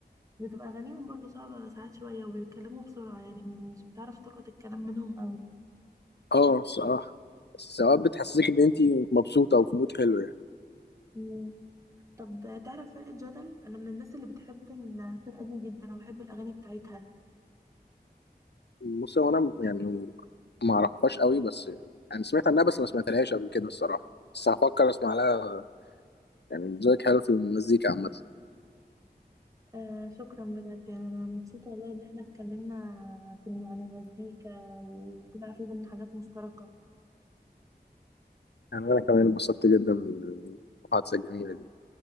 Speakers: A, on the right; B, on the left.
A: بتبقى أغانيهم برضو صعبة ساعات شوية وبيتكلموا بسرعة يعني م- مش بتعرف تلقط الكلام منهم قوي
B: أه الصراحة بس أوقات بتحسسك إن أنت مبسوطة وفي مود حلو يعني
A: مم. طب تعرف فرقة جدل؟ أنا من الناس اللي بتحب الفرقة دي جدا وبحب الأغاني بتاعتها
B: بص هو أنا يعني ما أعرفهاش قوي بس يعني سمعت عنها بس ما سمعتلهاش قبل كده الصراحة بس هفكر أسمع لها يعني ذوقك حلو في المزيكا عامة
A: آه شكرا بجد يعني أنا مبسوطة والله إن احنا اتكلمنا في عن المزيكا وطلع في بينا حاجات مشتركة
B: يعني أنا كمان انبسطت جدا بالمحادثة الجميلة دي